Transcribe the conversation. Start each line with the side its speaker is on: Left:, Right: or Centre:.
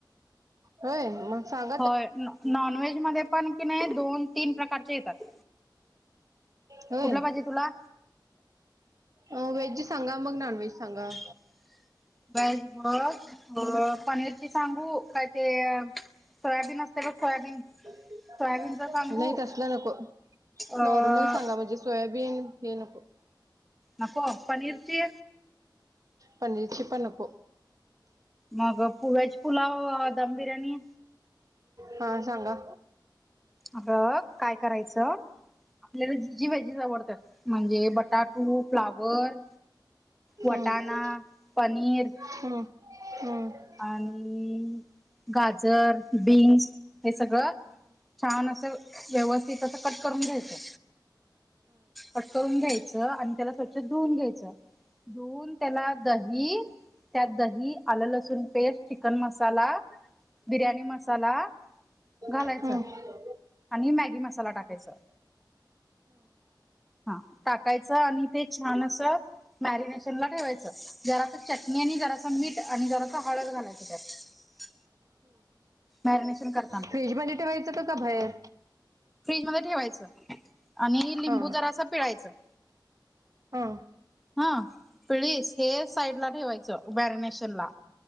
Right: होय मग सांग.
Centre: होय नॉन नॉनव्हेज मध्ये पण की नाही दोन तीन प्रकारचे येतात.
Right: होय.
Centre: कुठलं पाहिजे तुला
Right: अ व्हेजची सांगा, मग नॉन व्हेज सांगा.
Centre: <inaudible> <unintelligible> बघ अं पनीरची सांगू का ते सोयाबीन असतंय बघ सोयाबीन.
Right: नाही
Centre: सोयाबीनच सांगू
Right: तसलं नको,
Centre: अ
Right: नॉर्मल सांगा म्हणजे सोयाबीन हे नको.
Centre: नको, पनीरची
Right: पनीरची पण नको.
Centre: मग पु व्हेज पुलाव दम बिर्याणी.
Right: हां सांगा.
Centre: अ बघ काय करायचं, आपल्याला जी जी व्हेजेस आवडतात. म्हणजे बट टाटू, फ्लावर, वटाणा,
Right: हम्म
Centre: पनीर
Right: हम्म हम्म.
Centre: आणि गाजर, बीन्स हे सगळं छान असं व्यवस्थित असं कट करून घ्यायचं. कट करून घ्यायचं आणि त्याला स्वच्छ धुवून घ्यायचं. धुऊन त्याला दही, त्यात दही आलं लसूण चुनपेस्ट, चिकन मसाला, बिर्याणी मसाला घालायचं
Right: फ्रीज
Centre: आणि मॅगी मसाला टाकायचं. हां टाकायचं आणि ते छान असं मॅरिनेशनला ठेवायचं, जरासं चटणी आणि जरासं मीठ आणि जरा हळद घालायच त्यात मॅरीनेशन कर
Right: फ्रीजमध्ये ठेवायचं का बाहेर.
Centre: फ्रीज मध्ये ठेवायचं. आणि लिंबू
Right: हा
Centre: जरा असं पिळायचं.
Right: हो.
Centre: हा पिळीस हे साईड ला ठेवायचं. मॅरिनेशन ला.